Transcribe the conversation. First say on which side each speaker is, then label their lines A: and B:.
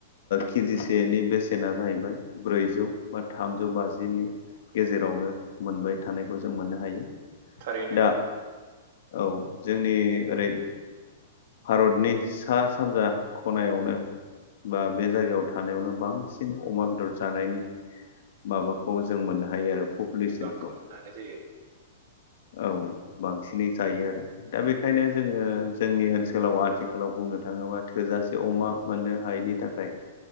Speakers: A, on the left (about 65°); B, on the right (about 50°).
A: केजिसेनि बेसेना जाहैबाय ब्रैजौ बा थामजौ बाजिनि। गेजेरावनो मोनबाय थानायखौ जों मोननो हायो
B: थारैनो
A: दा
B: औ
A: औ जोंनि ओरै भारतनि सा सानजा खनायावनो बा बे जायगायाव थानायावनो बांसिन अमा बेदर जानायनि माबाखौ जों मोननो हायो आरो पपुलेसनखौ।
B: बिबांखौ मोननो हानाय जायो
A: औ बांसिनै जायो आरो दा बेखायनो जोङो जोंनि ओनसोल आथिखलाव आथिखालाव बुंनो थाङोबा थोजासे अमा मोननो हायैनि थाखाय